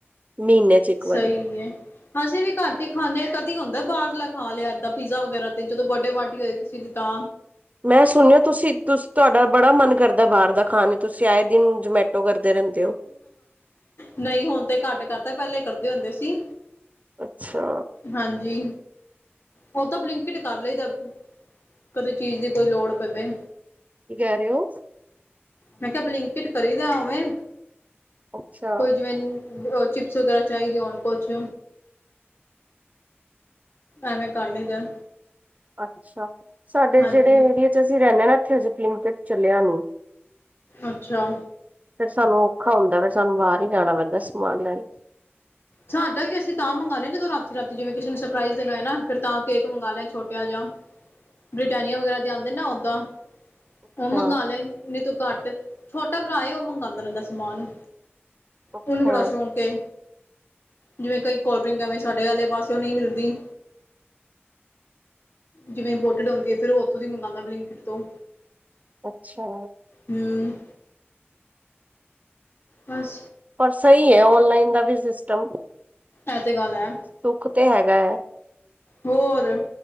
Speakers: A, on the right (about 35°); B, on the left (about 60°).
A: ਮਹੀਨੇ ਚ ਇੱਕ
B: ਸਹੀ
A: ਵਾਰੀ
B: ਏ। ਅਸੀਂ ਵੀ ਘੱਟ ਹੀ ਖਾਂਦੇ ਹਾਂ ਕਦੀ ਹੁੰਦਾ ਬਾਹਰ ਲ ਖਾ ਲਿਆ, ਇਏਦਾਂ ਪੀਜ਼ਾ ਵਗੈਰਾ ਤੇ ਜਦੋਂ ਬਰਡੇ ਪਾਰਟੀ ਹੋਏ ਕਿਸੇ ਦੀ ਤਾ
A: ਮੈਂ ਸੁਣਿਆ ਤੁਸੀਂ ਤੁ ਤੁਹਾਡਾ ਬੜਾ ਮਨ ਕਰਦਾ ਬਾਹਰ ਦਾ ਖਾਣ ਦਾ, ਤੁਸੀਂ ਆਏ ਦਿਨ ਜਮੈਟੋ ਕਰਦੇ ਰਹਿੰਦੇ। ਹੋ
B: ਨਹੀਂ ਹੁਣ ਤੇ ਘੱਟ ਕਰਤਾ, ਪਹਿਲੇ ਕਰਦੇ ਹੁੰਦੇ ਸੀ।
A: ਅੱਛਾ।
B: ਹਾਂਜੀ, ਉਹ ਤਾਂ ਬਲਿੰਕਿਟ ਕਰ ਲਈਦਾ। ਕਦੇ ਚੀਜ਼ ਦੀ ਕੋਈ ਲੋੜ ਪਵੇ
A: ਕੀ ਕਹਿ ਰਹੇ ਹੋ?
B: ਮੈਂ ਕਿਹਾ ਬਲਿੰਕਟ ਕਰੀਦਾ ਵੇਂ
A: ਅੱਛਾ
B: ਕੋਈ ਜਿਵੇਂ ਚਿਪਸ ਵਗੈਰਾ ਚਾਹੀਦੀ ਹੁਨ ਕੁਛ, ਐਵੇਂ ਕਰ ਲਈ ਦਾ।
A: ਅੱਛਾ, ਸਾਡੇ
B: ਹਾਂਜੀ
A: ਜਿਹੜੇ ਏਰੀਏ 'ਚ ਅਸੀਂ ਰਹਿੰਦੇ ਹ ਇਥੇ ਹਜੇ ਤੇ ਬਲਿੰਕਿਟ ਚੱਲਿਆ ਨੀ।
B: ਅੱਛਾ।
A: ਫੇਰ ਸਾਨੂੰ ਔਖਾ ਹੁੰਦਾ, ਫਿਰ ਸਾਨੂੰ ਬਾਹਰ ਹੀ ਜਾਣਾ ਪੈਂਦਾ ਸਮਾਨ ਲੈਣ।
B: ਸਾਡਾ ਵੀ ਅਸੀਂ ਤਾਂ ਮ ਮੰਗਾਉਂਦੇ ਜਦੋਂ ਰਾਤੀ ਰਾਤੀ ਜਿਵੇਂ ਕਿਸੇ ਨੂੰ ਸਰਪ੍ਰਾਈਜ਼ ਦੇਣਾ ਨਾ, ਫਿਰ ਤਾਂ ਕੇਕ ਮੰਗਵਾ ਲਿਆ ਛੋਟਾ ਜਾ ਬ੍ਰਿਟਾਨੀਆ ਵਗੈਰਾ ਦੇ ਆਉਂਦੇ ਨਾ ਉਦਾਂ ਉਹ
A: ਅੱਛਾ
B: ਮੰਗਵਾ ਲੈਣ ਨਹੀਂ ਤੂੰ ਘੱਟ, ਛੋਟਾ ਭਰਾ ਉਹ ਮੰਗਵਾਉਂਦਾ ਰਹਿੰਦਾ ਸਮਾਨ।
A: ਅੱਛਾ
B: ਉਹਨੂੰ ਬੜਾ ਸ਼ੌਕ ਏ। ਜਿਵੇਂ ਕਈ ਕੋਲਡ ਡਰਿੰਕ ਐਵੇਂ ਸਾਡੇ ਵਾਲੇ ਪਾਸਓ ਨਹੀਂ ਮਿਲਦੀ। ਜਿਵੇ ਇੰਪੋਰਟਡ ਹੁੰਦੀ ਹੈ ਫਰ ਉੱਥੋਂ ਦੀ ਮੰਵਾਉਂਦਾ ਬਲਿੰਕਿਟ ਤੋਂ।
A: ਅੱਛਾ।
B: ਹੂੰ ਬਸ।
A: ਪਰ ਸਹੀ ਹੈ ਔਨਲਾਈਨ ਦਾ ਵੀ ਸਿਸਟਮ।
B: ਐ ਤੇ ਗੱਲ ਐ।
A: ਸੁੱਖ ਤੇ ਹੈਗਾ।
B: ਹੋਰ,